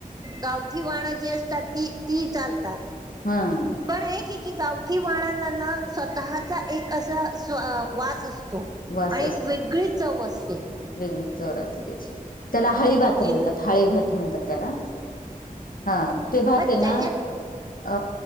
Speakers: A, on the right (about 25°); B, on the left (about 75°).
A: गावठी वाणं जी असतात ती ती चालतात.
B: हां.
A: पण आहे की गावठी वाणानांना स्वतःचा एक असा सो वास असतो.
B: वास
A: आणि
B: असतो
A: एक वेगळी चव असते.
B: वेगळीच चव राहते त्याची त्याला हळी भात म्हणतात
A: इन
B: हळी भात म्हणतात त्याला. हा ते भात
A: मग
B: आहे ना
A: त्याच्यात
B: अ